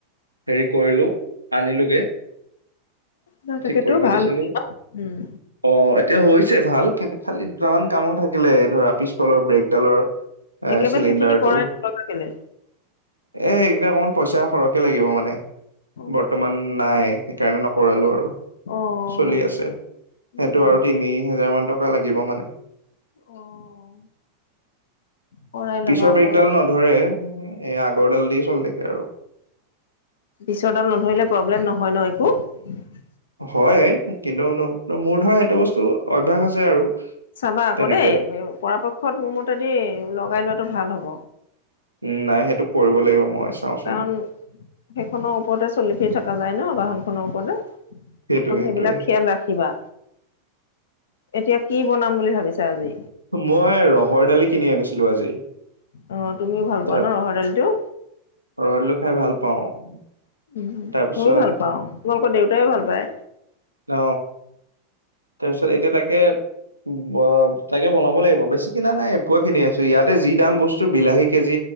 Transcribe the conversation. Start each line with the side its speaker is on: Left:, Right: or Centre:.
Right: হেৰি কৰিলোঁ আনিলোঁগে।
Left: ন তাকেতো
Right: ঠিক কৰিব
Left: ভাল
Right: দিছিঁলো
Left: উম,
Right: অ। এতিয়া হৈছে ভাল কিন্তু খালি দুটামান কামো থাকিলে এই ধৰা পিছফালৰ ব্ৰেকডালৰ। এ
Left: একেবাৰে
Right: চিলিণ্ডাৰটো।
Left: সেইখিনি কৰাই নলবা কেলে।
Right: এ এইবাৰ অকমান পইচা সৰহকে লাগিব মানে।
Left: অ',
Right: বৰ্তমান নাই সেইকাৰণে ন। কৰালো আৰু
Left: উম,
Right: চলি আছে সেইটো
Left: উম।
Right: আৰু তিনি হোজাৰ মান টকা লাগিব মানে।
Left: অ', কৰাই ল'বা
Right: পিছৰ
Left: আকৌ
Right: ব্ৰেগডাল নধৰে। এ আগৰডাল দি চলি থাকে আৰু।
Left: পিছৰডাল নধৰিলে প্ৰব্লেম নহয় ন একো।
Right: হয় কিন্তু ন মোৰ ধৰা সেইটো বস্তু অভ্যাস আছে আৰু।
Left: চাবা আকৌ
Right: তেনেকে
Left: দেই পৰাপক্ষত মোৰ মতেদি লগাই লোৱাাতটো ভাল হব।
Right: উম নাই সেইটো। কৰিব লাগিব মই চাওচোন
Left: কাৰণ সেইখনৰ ওপৰতে চলি ফিৰি থকা যায় ন বাহনখনৰ ওপৰতে।
Right: সেইটোৱে
Left: অকন
Right: সেইটোৱে
Left: সেইবিলাক সিয়াল ৰাখিবা এতিয়া। কি বনাম বুলি ভাবিছা আজি
Right: মই ৰহৰ দালি কিনি আনিছিলো আজি
Left: অ', তুমিও ভাল পোৱা
Right: তাৰপিছ
Left: ন ৰহৰ দালিটো?
Right: ৰহৰ দাইল খাই ভাল পাওঁ
Left: উ
Right: তাৰপিছত
Left: ময়ো ভাল পাওঁ তোমালোকৰ দেউতাই ভাল পায়
Right: অ তাৰপিছত এতিয়া তাকে ব তাকে বনাব লাগিব বেছি কিনা নাই পুৱোৱা খিনি আছো ইয়াতে যি দাম বস্তু বিলাহী কেজি